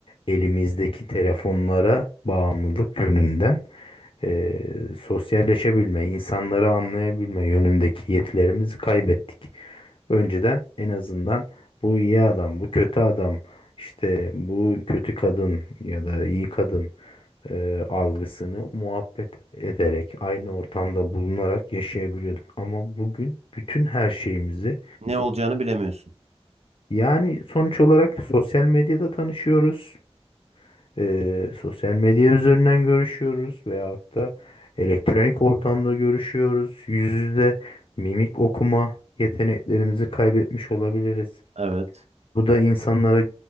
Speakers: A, on the left; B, on the right.
A: Elimizdeki telefonlara bağımlılık yönünden eee, sosyalleşebilme, insanları anlayabilme yönündeki yetilerimizi kaybettik. Önceden en azından bu iyi adam, bu kötü adam, işte bu kötü kadın ya da iyi kadın e, algısını muhabbet ederek, aynı ortamda bulunarak yaşayabiliyorduk. Ama bugün bütün her şeyimizi
B: Ne olacağını bilemiyorsun.
A: yani sonuç olarak sosyal medyada tanışıyoruz. e, sosyal medya üzerinden görüşüyoruz veyahut da elektronik ortamda görüşüyoruz. Yüz yüze mimik okuma yeteneklerimizi kaybetmiş olabiliriz.
B: Evet.
A: Bu da insanlara